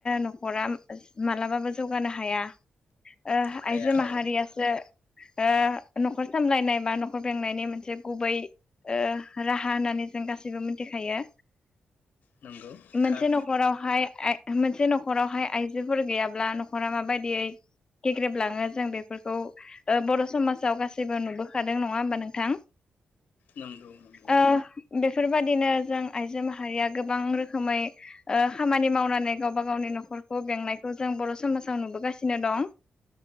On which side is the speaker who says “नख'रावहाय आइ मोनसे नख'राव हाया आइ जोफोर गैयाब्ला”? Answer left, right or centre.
Left